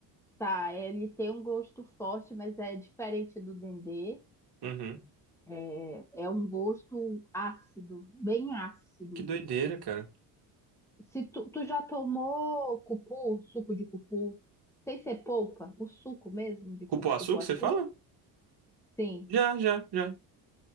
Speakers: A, in the centre; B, on the right (about 50°).
A: tá. Ele tem um gosto forte, mas é diferente do dendê.
B: Uhum.
A: É, é um gosto ácido, bem ácido.
B: Que doideira, cara.
A: Se tu, tu já tomou cupu, suco de cupu, sem ser polpa, o suco mesmo de
B: Cupuaçu
A: cu- cupuaçu?
B: que você fala?
A: Sim,
B: Já, já, já.